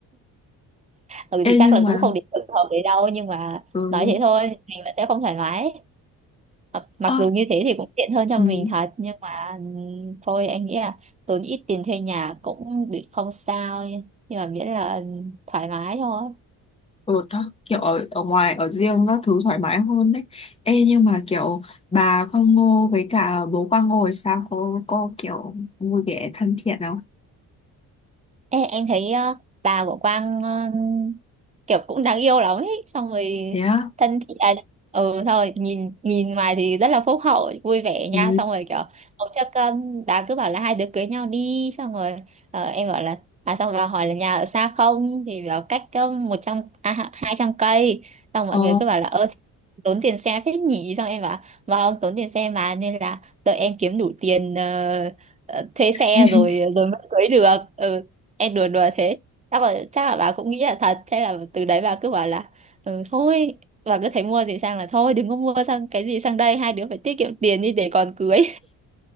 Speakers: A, on the right; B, on the left.
A: ừ
B: Ê,
A: thì chắc
B: nhưng
A: là
B: mà
A: cũng không đến được hợp đấy đâu nhưng mà
B: ừ.
A: nói thế thôi mình vẫn sẽ không thoải mái mặc mặc
B: Ơ,
A: dù như thế thì cũng tiện hơn cho
B: ừ.
A: mình thật nhưng mà ừm, thôi anh nghĩ là tốn ít tiền thuê nhà cũng bị không sao nhưng mà miễn là thoải mái thôi
B: Ừ, tho- kiểu ở, ở ngoài ở riêng các thứ thoải mái hơn đấy. Ê nhưng mà kiểu bà Quang Ngô với cả bố Quang Ngô thì sao cô cô kiểu vui vẻ thân thiện không?
A: Ê, em thấy ờ, bà của Quang ờ, kiểu cũng đáng yêu lắm ấy xong rồi
B: Thế á?
A: thân thiện à, ừ thôi nhìn nhìn ngoài thì rất là phúc hậu vui vẻ nha
B: Ừ.
A: xong rồi kiểu hôm trước um, đã cứ bảo là hai đứa cưới nhau đi xong rồi ờ, em bảo là à xong rồi hỏi là nhà ở xa không thì bảo cách um, một trăm à, hai trăm cây xong mọi
B: Ờ.
A: người cứ bảo là ơ tốn tiền xe phết nhỉ xong em bảo vâng tốn tiền xe mà nên là đợi em kiếm đủ tiền ờ, ờ, thuê xe
B: <laughs>
A: rồi rồi mới cưới được ừ em đùa đùa thế Chắc là, chắc là bà cũng nghĩ là thật Thế là từ đấy bà cứ bảo là ừ, Thôi bà cứ thấy mua gì sang là thôi Đừng có mua sang cái gì sang đây Hai đứa phải tiết kiệm tiền đi để còn cưới